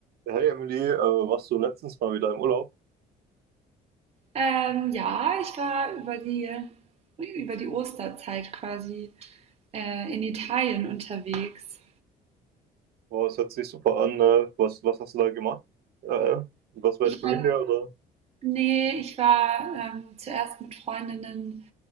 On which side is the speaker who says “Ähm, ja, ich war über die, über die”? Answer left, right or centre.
Right